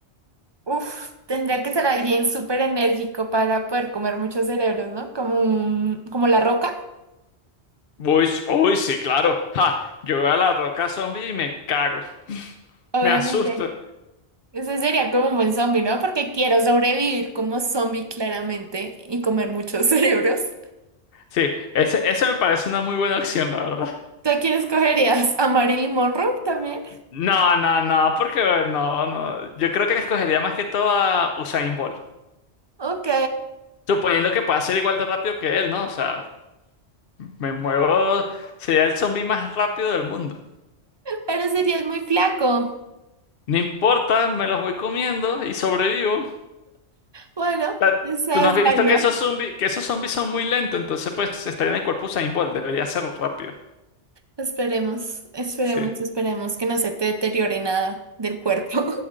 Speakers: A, on the right; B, on the left.
A: Uf, tendría que ser alguien súper enérgico para poder comer muchos cerebros, ¿no? Como un- como la roca,
B: Uy, s- uy, sí, claro. Ja, yo veo a la roca zombie y me cago,
A: obviamente.
B: me asusto.
A: Ese sería como un buen zombie, ¿no? Porque quiero sobrevivir como zombie claramente y comer muchos <laughs> cerebros.
B: Sí, ese, esa me parece una muy buena opción, la verdad.
A: ¿Tú a quién escogerías? ¿A Marilyn Monroe también?
B: No, no, no, porque no, no. Yo creo que escogería más que todo a Usain Bolt.
A: Ok,
B: Suponiendo que pueda ser igual de rápido que él, ¿no? O sea, me muevo, sería el zombie más rápido del mundo.
A: pero serías muy flaco.
B: No importa, me los voy comiendo y sobrevivo.
A: Bueno,
B: sea,
A: esa
B: Tú no
A: es
B: has visto
A: válida.
B: que esos zombies, que esos zombies son muy lentos, entonces pues estaría en el cuerpo Usain Bolt, debería ser rápido.
A: Esperemos, esperemos,
B: Sí.
A: esperemos que no se te deteriore nada del cuerpo.